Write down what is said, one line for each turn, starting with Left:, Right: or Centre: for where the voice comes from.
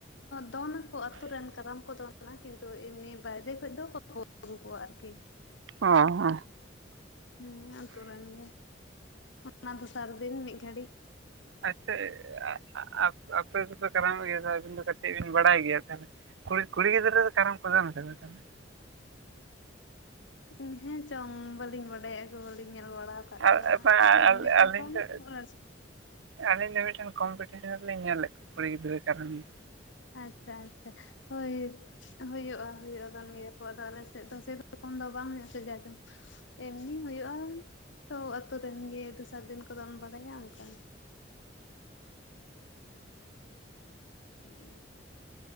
Left: ᱫᱚᱱᱟᱠᱚ ᱟᱹᱛᱩ ᱨᱮᱱ ᱠᱟᱨᱟᱢ ᱠᱚ ᱫᱚᱱᱟ ᱠᱤᱱᱛᱩ ᱮᱢᱱᱤ ᱵᱟᱭᱨᱮ ᱠᱷᱚᱡ ᱫᱚ ᱵᱟᱠᱚ ᱟᱜᱩ ᱠᱚᱣᱟ ᱟᱨᱠᱤ᱾
Right: ᱚ ᱦᱚᱸ
Left: ᱦᱮᱸ ᱟᱹᱛᱳ ᱨᱮᱱ ᱜᱮ ᱚᱱᱟ ᱫᱚᱥᱟᱨ ᱫᱤᱱ ᱢᱤᱫ ᱜᱷᱟᱹᱲᱤᱡᱼᱼ
Right: ᱟᱪᱪᱷᱟ ᱟ ᱟᱹᱹᱹ ᱟᱯᱮ ᱫᱚᱯᱮ ᱠᱟᱨᱟᱢᱚᱜ ᱜᱮᱭᱟ ᱟᱹᱵᱤᱱ ᱫᱚ ᱠᱟᱹᱴᱤᱡ ᱵᱤᱱ ᱵᱟᱲᱟᱭ ᱜᱮᱭᱟ ᱛᱟᱦᱮᱱᱟ᱾ ᱠᱩᱲᱤ ᱠᱩᱲᱤᱜᱤᱫᱽᱨᱟᱹ ᱫᱚ ᱠᱟᱨᱚᱢ ᱠᱩ ᱫᱚᱱ ᱟᱥᱮ ᱵᱟᱝᱼᱟ ᱛᱟᱦᱚᱞᱮ?
Left: ᱤᱧ ᱦᱮᱸ ᱪᱚᱝ ᱵᱟᱹᱞᱤᱧ ᱵᱟᱰᱟᱭᱟ ᱩᱠᱩᱨ ᱵᱟᱹᱞᱤᱧ ᱧᱮᱞ ᱵᱟᱲᱟ ᱟᱠᱟᱫ
Right: ᱟᱹᱞᱤᱧ
Left: ᱠᱚᱣᱟ᱾ ᱫᱚᱱ ᱜᱮᱪᱚᱝ ᱠᱚᱱ
Right: ᱫᱚ
Left: <inaudible> ᱠᱷᱚᱱ᱾
Right: ᱟᱹᱞᱤᱧ ᱫᱚ ᱢᱤᱫᱴᱮᱱ ᱠᱚᱢᱯᱤᱴᱤᱥᱮᱱ ᱨᱮᱞᱤᱧ ᱧᱮᱞᱮᱫ ᱠᱚᱣᱟ ᱠᱩᱲᱤ ᱜᱤᱫᱽᱨᱟᱹ ᱠᱟᱨᱟᱢ ᱫᱚᱱ᱾
Left: ᱟᱪᱪᱷᱟ ᱟᱪᱪᱷᱟ᱾ ᱦᱳᱭ ᱦᱩᱭᱩᱜᱼᱟ ᱦᱩᱭᱩᱜ ᱠᱟᱱ ᱜᱮᱭᱟ ᱠᱚ ᱟᱫᱚ ᱟᱞᱮᱥᱮᱫ ᱫᱚ ᱥᱮᱨᱚᱠᱚᱢ ᱫᱚ ᱵᱟᱝ ᱦᱩᱭᱩᱜ ᱟᱥᱮ ᱡᱟᱡᱚᱢᱼᱼ ᱮᱢᱱᱤ ᱦᱩᱭᱩᱜᱼᱟ ᱛᱚ ᱟᱹᱛᱩ ᱨᱮᱱ ᱜᱮ ᱫᱚᱥᱟᱨ ᱫᱤᱱ ᱠᱚ ᱫᱚᱱ ᱵᱟᱲᱟᱭᱟ ᱚᱱᱠᱟ᱾ ᱦᱮᱸ